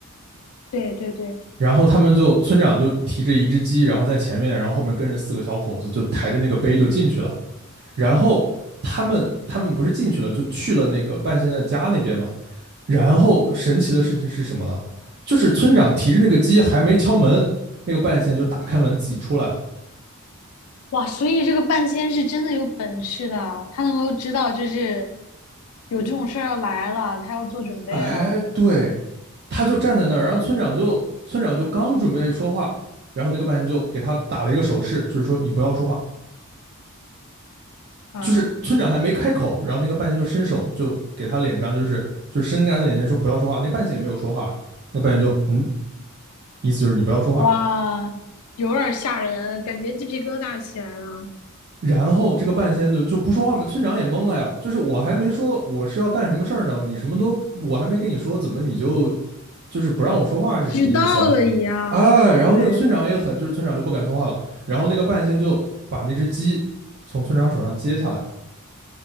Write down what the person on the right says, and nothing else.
然后他们就村长就提着一只鸡，然后在前面，然后后面跟着四个小伙子就抬着那个杯就进去了，然后。他们他们不是进去了，就去了那个半仙的家那边嘛。然后神奇的事情是什么呢？就是村长提着那个鸡还没敲门，那个半仙就打开门自己出来了。
哎，对，他就站在那儿，然后村长就村长就刚准备说话，然后那个半仙就给他打了一个手势，就是说你不要说话。
就是村长还没开口，然后那个半仙就伸手就给他脸上，就是就伸在他脸前说不要说话。那个半仙也没有说话，那个半仙就嗯，意思就是你不要说话。
然后这个半仙就就不说话嘛，村长也懵了呀。就是我还没说我是要干什么事儿呢，你什么都我还没跟你说，怎么你就就是不让我说话是什么意思啊？
哎，然后那个村长也很，
就是村长就不敢说话了。然后那个半仙就把那只鸡从村长手上接下来，